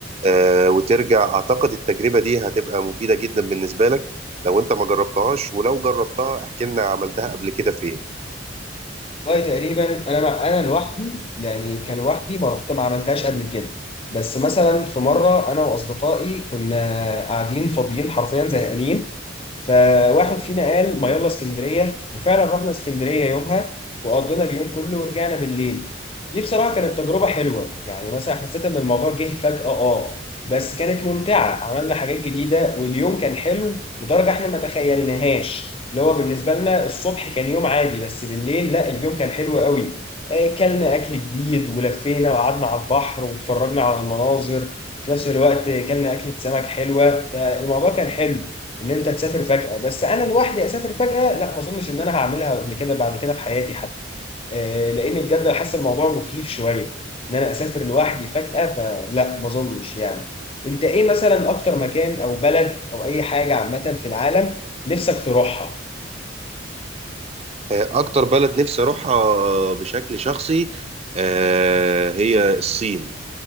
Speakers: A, on the right; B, on the left.
A: آه، وترجع أعتقد التجربة دي هتبقى مفيدة جدا بالنسبة لك لو أنت ما جربتهاش ولو جربتها احكي لنا عملتها قبل كده فين
B: والله تقريبا انا مع... انا لوحدي يعني كان لوحدي ما رحت ما عملتهاش قبل كده بس مثلا في مره انا واصدقائي كنا قاعدين فاضيين حرفيا زهقانين فواحد فينا قال ما يلا اسكندريه وفعلا رحنا اسكندريه يومها وقضينا اليوم كله ورجعنا بالليل دي بصراحه كانت تجربه حلوه يعني مثلا حسيت ان الموضوع جه فجاه اه بس كانت ممتعه عملنا حاجات جديده واليوم كان حلو لدرجه احنا ما تخيلناهاش اللي هو بالنسبه لنا الصبح كان يوم عادي بس بالليل لا اليوم كان حلو قوي آه، كلنا اكل جديد ولفينا وقعدنا على البحر واتفرجنا على المناظر في نفس الوقت كلنا اكله سمك حلوه فالموضوع كان حلو ان انت تسافر فجاه بس انا لوحدي اسافر فجاه لا ما اظنش ان انا هعملها قبل كده بعد كده في حياتي حتى آه، لان بجد حاسس الموضوع مخيف شويه ان انا اسافر لوحدي فجاه فلا ما اظنش يعني انت ايه مثلا اكتر مكان او بلد او اي حاجة عامة في العالم نفسك تروحها
A: آه، أكتر بلد نفسي أروحها بشكل شخصي آه، هي الصين